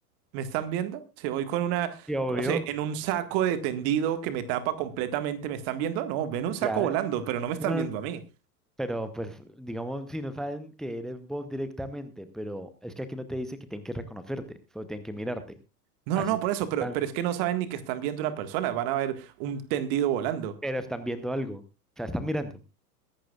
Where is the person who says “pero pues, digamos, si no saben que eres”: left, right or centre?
Centre